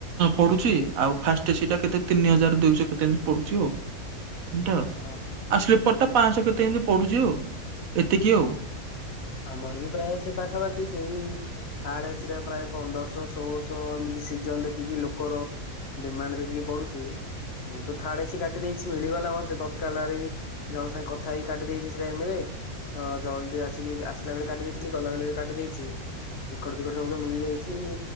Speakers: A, on the right; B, on the left.
A: ପଡୁଛି ଆଉ ଫାଷ୍ଟ ସେଇଟା କେତେ ତିନି ହଜାର ଦୁଇଶହ କେତେ ଟ ଏମ୍ ତି ପଡୁଛି ଆଉ। ଏ ଆଉ
B: ହଁ ହଁ
A: ସ୍ଲିପର ଟା ପାଞ୍ଚଶହ କେତେ ଏମିତି ପଡୁଛି ଆଉ। ଏତିକି
B: ହଁ
A: ଆଉ।
B: ଆମର ବି ପ୍ରାୟ ସେ ପାଖାପାଖି ସେଇ ଥାର୍ଡ ଏସି ଟା ପ୍ରାୟ ପନ୍ଦରଶହ ଷୋହଳଶହ ଏମିତି ସିଜନ ଦେଖିକି ଲୋକର ଡିମାଣ୍ଡ ଦେଖିକି ପଡୁଛି। ମୁଁ ତ ଥଡ ଏସି କାଟି ଦେଇଛି ମିଳିିଗଲା ମତେ ତତ୍କାଳିଆ ଜଣଙ୍କ ସାଙ୍ଗେ କଥା ହେଇକି କାଟି ଦେଇଛି ସେଇ ଟାଇମ୍ ରେ। ହଁ ଜଲ୍ଦି ଆସିକି ଆସିଲା ବେଳେ କାଟି ଦେଇଥିଲି ଗଲାବେଳେ ବି କାଟି ଦେଇଛି। ଟିକଟ ଫିକଟ ସବୁତ ମିଳି ଯାଇଛି।